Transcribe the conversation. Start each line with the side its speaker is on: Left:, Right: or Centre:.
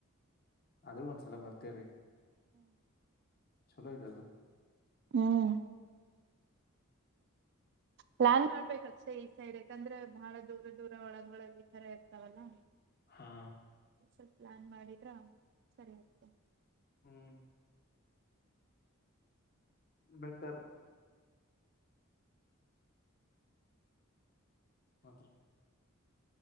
Left: ಅದ್ರೂ ಒಂದ್ಸಲ ಬರ್ತೇವ್ರೀ. ಛಲೋ ಐತ ಅದು.
Right: ಹ್ಮ್. ಪ್ಲ್ಯಾನ್ ಮಾಡ್ಬೇಕ ಅಕ್ಷಯ ಈ ಸೈಡ್ ಯಾಕಂದ್ರ ಭಾಳ ದೂರ ದೂರ ಒಳಗ ಒಳಗ ಈ ಥರಾ ಇರ್ತಾವಲ್ಲಾ.
Left: ಹಾ.
Right: ಸ್ವಲ್ಪ್ ಪ್ಲ್ಯಾನ್ ಮಾಡಿದ್ರ ಸರಿ ಆಗೊತ್ತೊ.
Left: ಹ್ಮ್. ಬೇಸರ್. ಮತ್ರ್ಯೇ.